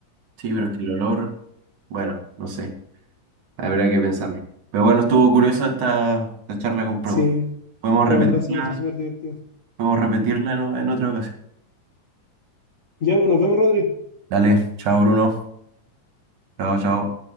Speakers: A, on the right; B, on the left.
A: Sí, pero es que el olor, bueno, no sé. Habrá que pensarlo. Pero bueno, estuvo curiosa esta, esta charla con preguntas.
B: Sí,
A: Podemos
B: la
A: repetirla,
B: verdad se me hace súper divertido.
A: podemos repetirla en, en otra ocasión.
B: Ya, pues nos vemos, Rodri.
A: Dale, chao Bruno. Chao, chao.